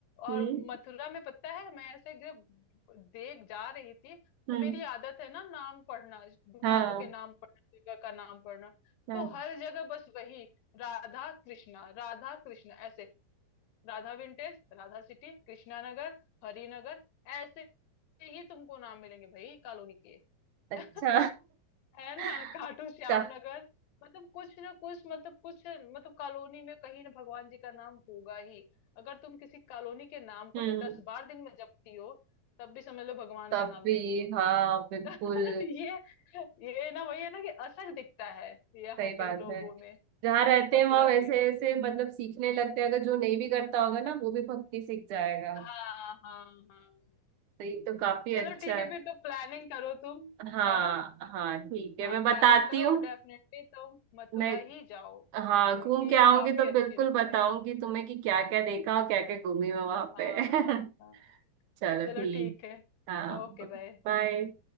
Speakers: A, on the left; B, on the right.
A: और
B: हम्म
A: मथुरा में पता है मैं ऐसे जब देख जा रही थी
B: हम्म
A: तो मेरी आदत है ना नाम पढ़ना दुकानों
B: हाँ
A: के नाम पढ़ना जगह का नाम पढ़ना
B: हाँ
A: तो हर जगह बस वही राधा कृष्णा राधा कृष्णा ऐसे राधा विंटेज राधा सिटी कृष्णा नगर हरिनगर ऐसे ही तुमको नाम मिलेंगे भाई कॉलोनी के
B: अच्छा
A: <laughs> है
B: <laughs>
A: ना खाटू श्याम
B: का-
A: नगर मतलब कुछ ना कुछ मतलब कुछ मतलब कॉलोनी में कहीं ना भगवान जी का नाम होगा ही अगर तुम किसी कॉलोनी के नाम को
B: हम्म
A: भी दस बार दिन में जपती हो तब भी समझ लो भगवान
B: तब
A: का नाम
B: भी
A: ले लियो
B: हाँ बिल्कुल
A: <laughs> ये ये ना वही है ना कि असर दिखता है यहाँ
B: सही बात
A: के लोगों
B: है
A: में
B: जहाँ रहते
A: मथुरा
B: हैं वहां वैसे
A: के
B: ऐसे मतलब सीखने लगते हैं अगर जो नहीं भी करता होगा ना वो भी भक्ति सीख जाएगा
A: हाँ हाँ हाँ
B: तो ये तो काफी
A: चलो
B: अच्छा
A: ठीक
B: है
A: है फिर तो प्लानिंग करो तुम
B: हाँ
A: है ना
B: हाँ ठीक है
A: हाँ
B: मैं बताती
A: प्लानिंग करो
B: हूँ
A: और डेफिनेटली तुम मथुरा
B: मैं
A: ही जाओ क्योंकि
B: हाँ घूम के आऊंगी
A: काफी
B: तो बिल्कुल
A: अच्छी नगरी
B: बताऊंगी
A: है।
B: तुम्हें कि क्या क्या देखा और क्या क्या घूमी मैं वहां
A: हाँ
B: पे
A: हाँ
B: <laughs>
A: हाँ
B: चलो
A: चलो
B: ठीक
A: ठीक है
B: हाँ
A: ओके बाय
B: बाय